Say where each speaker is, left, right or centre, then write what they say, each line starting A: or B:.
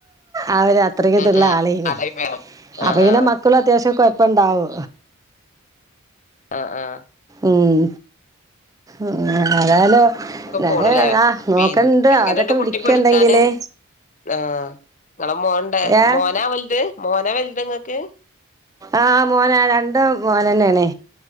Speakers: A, on the right; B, on the left.
A: ആ ഒരു അത്ര ഇതുള്ള
B: ഉം
A: ആളേനി
B: ആ ആ ആ ആ ആ ടൈം വരും ആഹ്
A: അപ്പൊ പിന്നെ
B: ആഹ്
A: മക്കൾ അത്യാവശ്യം കൊഴപ്പം ഉണ്ടാവും.
B: ആഹ ആഹ
A: ഉം ഉം ഏതായാലും ഞാന്
B: പോണ്ലേ
A: ആ നോക്കണ്ട്
B: പിന്നെ എങ്ങനെണ്ട്
A: അവരൊക്കെ
B: കുട്ടിപഠിക്കാന്
A: വിളിക്കണ്ടെങ്കില്
B: ആഹ് നിങ്ങളെ മോൻ
A: ഏഹ്
B: മോനാ വലുത് മോനാ വലുത് നിങ്ങൾക്ക്
A: ആഹ മോന രണ്ടാളും മോൻ തന്നെയാണ്.